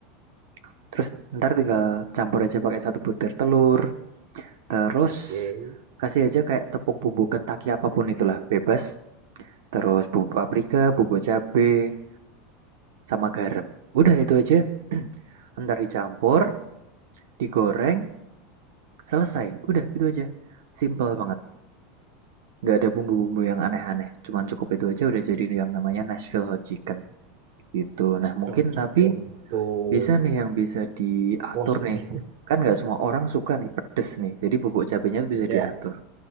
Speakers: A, on the right; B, on the right.
A: <clears throat> Terus ntar tinggal campur aja pakai satu butir telur. Terus
B: Oke.
A: kasih aja kayak tepung bumbu Kentucky apapun itulah, bebas. Terus bumbu paprika, bubuk cabai sama garam. Udah itu aja. <clears throat> Ntar dicampur, digoreng, selesai. Udah itu aja. Simple banget. Nggak ada bumbu-bumbu yang aneh-aneh. Cuman cukup itu aja udah jadi yang namanya Nashville Hot Chicken. Gitu. Nah mungkin
B: Cocok
A: tapi
B: ya untuk
A: bisa nih yang bisa diatur
B: pos ini.
A: nih. Kan nggak semua orang suka nih pedes nih. Jadi bubuk cabenya tuh bisa
B: <laughs>
A: diatur.
B: Ya.